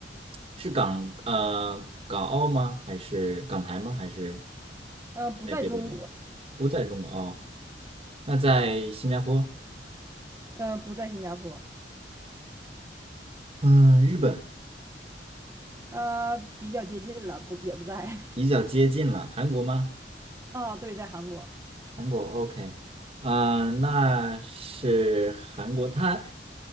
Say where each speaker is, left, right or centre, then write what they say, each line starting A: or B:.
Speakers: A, on the right; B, on the right.
A: 是港呃港澳吗？还是港台吗？还是
B: 嗯，不在中国，
A: 在别的地不在中国哦？那在新加坡，
B: 嗯，不在新加坡，
A: 嗯，日本
B: 呃，比较接近了，不，也不在。
A: 比较接近了，韩国吗？
B: 啊，对，在韩国，
A: 韩国 OK，嗯、呃那是韩国，它